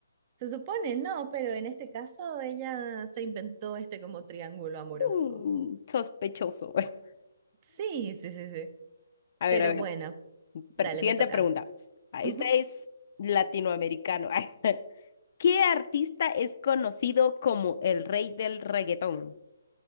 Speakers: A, on the right; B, on the left.
A: Se supone, no, pero en este caso ella se inventó este como triángulo amoroso.
B: Mm, sospechoso. <laughs>
A: Sí, sí, sí, sí.
B: A
A: Pero
B: ver, a ver.
A: bueno, dale,
B: per- siguiente
A: me toca.
B: pregunta. Ah,
A: Ujú.
B: Esta es latinoamericano. <laughs> ¿Qué artista es conocido como el rey del reggaetón?